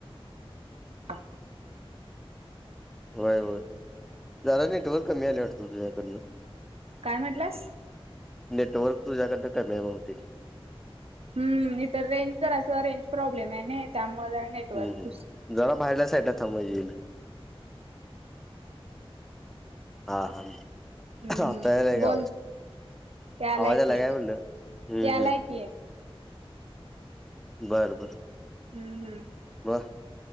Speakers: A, on the right; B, in the centre.
A: <unintelligible>
B: व्हय, व्हय. जरा नेटवर्क कमी आलंय वाटतं तुझ्याकडन.
A: काय म्हटलास?
B: नेटवर्क तुझ्याकडनं कमी आहे बहुतेक.
A: हम्, इथं रेंज जरास रेंज प्रॉब्लेम हायनाई त्यामुळे जरा नेटवर्क
B: हम्, हम. जरा बाहेरल्या साईड थांबा म्हणजे येईल. हा, हा
A: हम्म
B: आता यायलाय का
A: बोल
B: आवाज?
A: यालाय
B: आवाज यायलाय
A: की
B: काय म्हटलं? हम्म,
A: यालाय
B: हम्म.
A: की
B: बरं, बरं.
A: हम्, हम्म.
B: मग